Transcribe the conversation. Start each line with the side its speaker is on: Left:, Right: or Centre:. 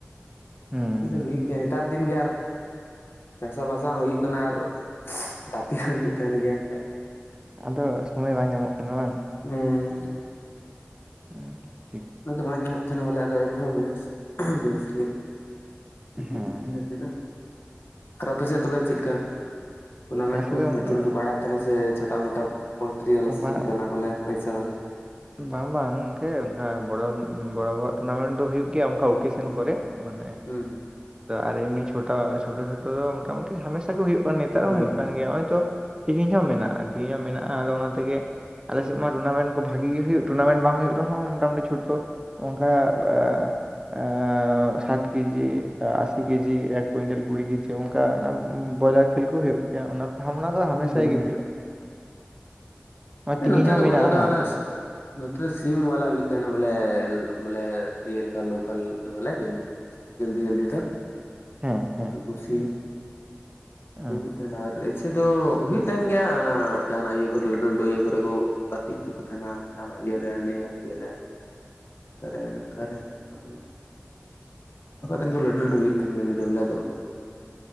Right: ᱦᱩᱸ
Left: ᱜᱟᱛᱤ ᱫᱚ ᱦᱩᱭᱩᱜ ᱜᱮᱭᱟ ᱱᱤᱛᱟᱨ ᱫᱤᱱ ᱜᱮ ᱟᱨ ᱪᱟᱥᱟᱵᱟᱥᱟ ᱦᱚᱸ ᱦᱩᱭᱩᱜ ᱠᱟᱱᱟ ᱟᱨ ᱜᱟᱛᱮ ᱦᱚᱸ ᱦᱩᱭᱩᱜ ᱛᱟᱦᱮᱱ ᱜᱮᱭᱟ ᱮᱱᱛᱮᱜ᱾
Right: ᱟᱫᱚ ᱥᱚᱢᱚᱭ ᱵᱟᱝ ᱧᱟᱢᱚᱜ ᱠᱟᱱᱟ ᱵᱟᱝ?
Left: <unintelligible>
Right: <unintelligible>
Left: ᱩᱱᱟᱹᱜ ᱫᱚ ᱵᱟᱝ ᱧᱟᱢᱚᱜ ᱛᱟᱦᱮᱱᱟ ᱵᱚᱞᱮ ᱟᱫᱚ ᱮᱱᱦᱚᱸ ᱵᱚᱞᱮ ᱵᱮᱥ ᱜᱮ᱾ ᱦᱩᱭᱩ
Right: ᱦᱮᱸ
Left: ᱛᱟᱦᱮᱱ ᱜᱟᱛᱮ ᱫᱚ, ᱟᱫᱚ ᱟᱯᱮ ᱥᱮᱫ ᱛᱚᱵᱮ ᱪᱮᱜ ᱞᱮᱠᱟ? ᱴᱩᱨᱱᱟᱢᱮᱱᱴ
Right: ᱟᱞᱮ ᱥᱮᱫ
Left: ᱠᱚ
Right: ᱫᱚ ᱜᱚᱝᱠᱮ
Left: ᱞᱟᱹᱴᱩ ᱞᱟᱹᱴᱩ ᱟᱲᱟᱜ ᱛᱟᱦᱮᱱᱟ ᱥᱮ ᱪᱷᱚᱴᱟ ᱢᱚᱴᱟ ᱯᱳᱞᱴᱨᱤ ᱵᱟᱞᱟ ᱥᱮ
Right: ᱵᱟᱝ
Left: ᱪᱤᱜ ᱞᱮᱠᱟᱱᱟᱜ ᱵᱚᱞᱮ ᱯᱚᱭᱥᱟ ᱵᱟᱞᱟ?
Right: ᱵᱟᱝ ᱵᱟᱝ ᱜᱚᱝᱠᱮ ᱚᱱᱠᱟ ᱵᱚᱲᱚᱢ ᱵᱚᱲᱚ ᱵᱚᱲᱚᱣᱟᱜ ᱴᱩᱨᱱᱟᱢᱮᱱᱴ ᱫᱚ ᱦᱩᱭᱩᱜ ᱜᱮᱭᱟ᱾ ᱚᱠᱟ ᱚᱠᱮᱥᱮᱱ
Left: ᱦᱩᱸ
Right: ᱠᱚᱨᱮᱜ ᱢᱟᱱᱮ
Left: ᱦᱩᱸ
Right: ᱟᱨ ᱮᱢᱱᱤ ᱪᱷᱳᱴᱟ ᱪᱷᱳᱴᱳ ᱪᱷᱳᱴᱳ ᱫᱚ ᱢᱳᱴᱟᱢᱩᱴᱤ ᱦᱟᱢᱮᱥᱟ ᱜᱮ ᱦᱩᱭᱩᱜ ᱠᱟᱱ ᱱᱮᱛᱟᱨ ᱦᱚᱸ
Left: ᱦᱩᱸ
Right: ᱦᱳᱭᱳᱜ ᱠᱟᱱ ᱜᱮᱭᱟ᱾ ᱦᱚᱜᱼᱚᱭ ᱛᱚ ᱛᱤᱦᱤᱧ ᱦᱚᱸ ᱢᱮᱱᱟᱜᱼᱟ᱾ ᱛᱤᱦᱤᱧ ᱦᱚᱸ ᱢᱮᱱᱟᱜᱼᱟ᱾ ᱟᱫᱚ ᱚᱱᱟ ᱛᱮᱜᱮ ᱟᱞᱮᱥᱮᱜ ᱢᱟ ᱴᱩᱨᱱᱟᱢᱮᱱᱴ ᱵᱷᱟᱹᱜᱤ ᱜᱮ ᱦᱩᱭᱩᱜ ᱴᱩᱨᱱᱟᱢᱮᱱᱴ ᱵᱟᱝ ᱦᱳᱭᱳᱜ ᱨᱮᱦᱚᱸ ᱢᱳᱴᱟᱢᱩᱴᱤ ᱪᱷᱳᱴᱳ ᱚᱝᱠᱟ ᱟ ᱥᱟᱛ ᱠᱮᱡᱤ ᱟᱥᱤ ᱠᱮᱡᱤ ᱮᱠ ᱠᱩᱭᱤᱱᱴᱟᱞ ᱠᱩᱲᱤ ᱠᱮᱡᱤ ᱚᱝᱠᱟ ᱱᱟ ᱵᱚᱭᱞᱟᱨ ᱠᱷᱮᱞ ᱠᱚ ᱦᱩᱭᱩᱜ ᱜᱮᱭᱟ ᱚᱱᱟ ᱠᱚ <unintelligible> ᱫᱚ ᱦᱟᱢᱮᱥᱟᱭ
Left: ᱦᱩᱸ
Right: ᱜᱮ ᱦᱩᱭᱩᱜᱼᱟ᱾ ᱱᱚᱣᱟ ᱛᱤᱦᱤᱧ
Left: ᱱᱚᱛᱮ
Right: ᱦᱚᱸ
Left: ᱛᱚ
Right: ᱢᱮᱱᱟᱜᱼᱟ
Left: ᱵᱚᱫᱷᱟ ᱫᱚ ᱟᱱᱟᱥ ᱱᱚᱛᱮ ᱫᱚ ᱥᱤᱢ ᱵᱟᱞᱟ ᱦᱩᱭᱩᱜ ᱛᱟᱦᱮᱱᱟ᱾ ᱵᱚᱞᱮ ᱵᱚᱞᱮ ᱤᱭᱟᱹ ᱞᱮᱠᱟ ᱞᱳᱠᱟᱞ ᱫᱚ ᱵᱚᱞᱮ
Right: <inaudible>
Left: ᱡᱚᱞᱫᱤ ᱡᱚᱞᱫᱤ ᱫᱚ
Right: ᱦᱮᱸ ᱦᱮᱸ
Left: ᱩᱝᱠᱩ ᱥᱤᱢ
Right: ᱦᱮᱸ <unintelligible>
Left: ᱦᱩᱭᱩᱜ ᱛᱟᱦᱮᱱᱟ ᱟᱨ ᱮᱪᱷᱮ ᱫᱚ ᱦᱩᱭᱩᱜ ᱛᱟᱦᱮᱱ ᱜᱮᱭᱟ᱾ ᱚᱱᱟ ᱡᱟᱦᱟᱸᱱᱟᱜ ᱤᱭᱟᱹ ᱠᱚᱨᱮ ᱞᱟᱹᱴᱩ ᱞᱟᱹᱴᱩ ᱤᱭᱟᱹ ᱠᱚᱨᱮ ᱠᱚ ᱠᱟᱹᱴᱤᱡ ᱦᱚᱪᱚ ᱠᱚ ᱛᱟᱦᱮᱱᱟ᱾ ᱡᱟᱦᱟᱸᱱᱟᱜ ᱤᱭᱟᱹᱨᱮ ᱱᱤᱭᱟᱜ ᱤᱭᱟᱹᱨᱮ
Right: <inaudible>
Left: ᱠᱟᱨᱮᱱ ᱟᱠᱟᱨᱮ <unintelligible> <unintelligible> ᱜᱮ ᱞᱟᱹᱴᱩ ᱞᱟᱹᱴᱩ ᱦᱩᱭᱩᱜ ᱜᱮᱭᱟ ᱫᱚ ᱵᱚᱞᱮ ᱟᱫᱚ